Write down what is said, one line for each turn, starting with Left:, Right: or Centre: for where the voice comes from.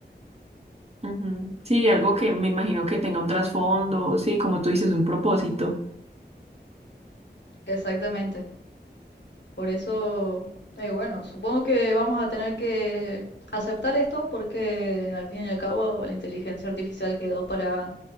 Right: ujú. Sí, algo que me imagino que tenga un trasfondo, sí, como tú dices, un propósito.
Left: Exactamente. Por eso, eh, bueno, supongo que vamos a tener que aceptar esto porque al fin y al cabo la inteligencia artificial quedó para,